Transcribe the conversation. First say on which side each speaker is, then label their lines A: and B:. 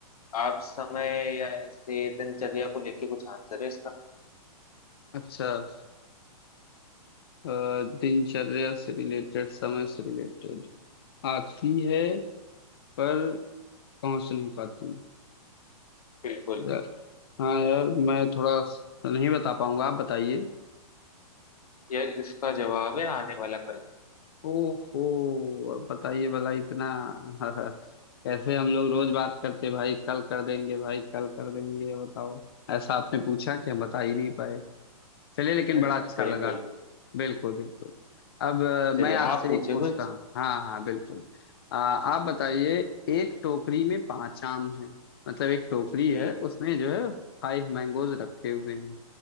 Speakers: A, on the left; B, on the left.
A: आप समय या ऐसे दिनचर्या को लेके कुछ आंसर है इसका
B: अच्छा अ, दिनचर्या से रिलेटेड समय से रिलेटेड आती है पर पहुंच नहीं पाती
A: बिल्कुल
B: यार हाँ यार मैं थोड़ा स- नहीं बता पाऊंगा आप बताइए
A: यार इसका जवाब है आने वाला कल
B: ओहो अब बताइए भला इतना <laughs> कैसे हम लोग रोज बात करते भाई कल कर देंगे भाई कल कर देंगे बताओ ऐसा आपने पूछा कि हम बता ही नहीं पाए चलिए लेकिन
A: हाँ,
B: बड़ा अच्छा
A: बिल्कुल
B: लगा बिल्कुल बिल्कुल अब अ,
A: चलिए
B: मैं आपसे
A: आप पूछे
B: एक पूछता
A: कुछ
B: हूँ हाँ हाँ बिल्कुल अ, आप बताइए एक टोकरी में पांच आम हैं मतलब एक टोकरी
A: ठीक
B: है उसमें
A: है
B: जो है फाइव मैंगोज रखे हुए हैं